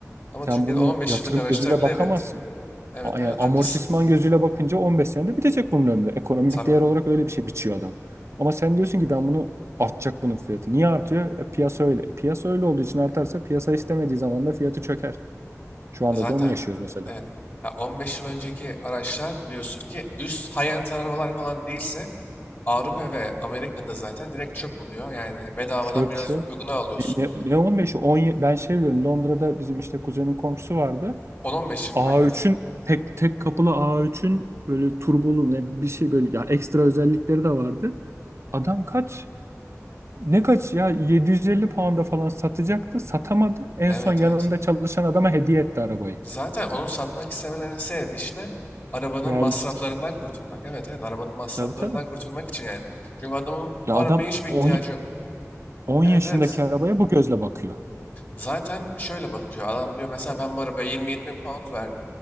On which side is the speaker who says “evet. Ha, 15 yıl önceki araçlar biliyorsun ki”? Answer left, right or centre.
Left